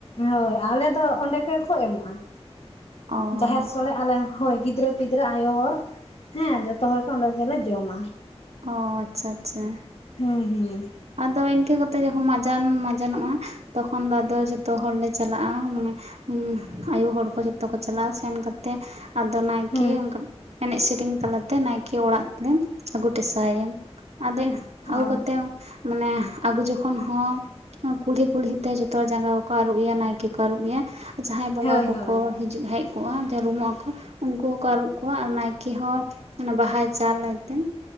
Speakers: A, on the left; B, on the right.
A: ᱦᱳᱭ ᱟᱞᱮ ᱫᱚ ᱚᱸᱰᱮ ᱜᱮᱠᱚ ᱮᱢᱚᱜᱼᱟ᱾
B: ᱚ
A: ᱡᱟᱦᱮᱨ ᱥᱳᱲᱮ ᱟᱞᱮ ᱦᱳᱭ ᱜᱤᱫᱽᱨᱟᱹ ᱯᱤᱫᱽᱨᱟᱹ ᱟᱭᱳ ᱦᱚᱲ ᱦᱮᱸ ᱡᱚᱛᱚ ᱦᱚᱲ ᱜᱮ ᱚᱸᱰᱮ ᱜᱮᱞᱮ ᱡᱚᱢᱟ᱾
B: ᱚᱻ ᱟᱪᱪᱷᱟ ᱟᱪᱪᱷᱟ
A: ᱦᱩᱸ ᱦᱩᱸ
B: ᱟᱫᱚ ᱤᱱᱠᱟᱹ ᱠᱟᱛᱮᱜ ᱡᱚᱠᱷᱚᱱ ᱢᱟᱡᱟᱱ ᱢᱟᱡᱟᱱᱚᱜᱼᱟ ᱛᱚᱠᱷᱚᱱ ᱫᱚ ᱟᱫᱚ ᱡᱷᱚᱛᱚ ᱦᱚᱲᱞᱮ ᱪᱟᱞᱟᱜᱼᱟ ᱢᱟᱱᱮ ᱟᱭᱩ ᱦᱚᱲ ᱠᱚ ᱡᱷᱚᱛᱚ ᱠᱚ ᱪᱟᱞᱟᱜᱼᱟ ᱥᱮᱱ ᱠᱟᱛᱮᱜ ᱟᱫᱚ ᱱᱟᱭᱠᱮ
A: ᱦᱩᱸ
B: ᱮᱱᱮᱡ ᱥᱮᱨᱮᱧ ᱛᱟᱞᱟᱛᱮ ᱱᱟᱭᱠᱮ ᱚᱲᱟᱜ ᱛᱮᱞᱮ ᱟᱹᱜᱩ ᱴᱮᱥᱟᱭᱟ ᱟᱫᱮ ᱟᱹᱜᱩ
A: ᱚ
B: ᱠᱟᱛᱮᱜ ᱢᱟᱱᱮ ᱟᱹᱜᱩ ᱡᱚᱠᱷᱚᱱ ᱦᱚᱸ ᱠᱩᱞᱦᱤ ᱠᱩᱞᱦᱤᱛᱮ ᱡᱷᱚᱛᱚ ᱦᱚᱲ ᱡᱟᱸᱜᱟ ᱠᱚᱠᱚ ᱟᱨᱩᱵ ᱮᱭᱟ ᱱᱟᱭᱠᱮ ᱠᱚ ᱟᱨᱩᱵ ᱮᱭᱟ ᱡᱟᱸᱦᱟᱸᱭ ᱵᱚᱸᱜᱟ
A: ᱦᱳᱭ
B: ᱠᱚᱠᱚ
A: ᱦᱳᱭ
B: ᱦᱤᱡᱩᱜ ᱦᱮᱡ ᱠᱚᱜᱼᱟ ᱡᱟᱹᱨᱩᱢᱚᱜᱼᱟ ᱠᱚ ᱩᱱᱠᱩ ᱦᱚᱸᱠᱚ ᱟᱹᱨᱩᱵ ᱠᱚᱜᱣᱟ ᱟᱨ ᱱᱟᱭᱠᱮ ᱦᱚᱸ ᱚᱱᱟ ᱵᱟᱦᱟᱭ ᱪᱟᱞ ᱟᱭᱛᱮ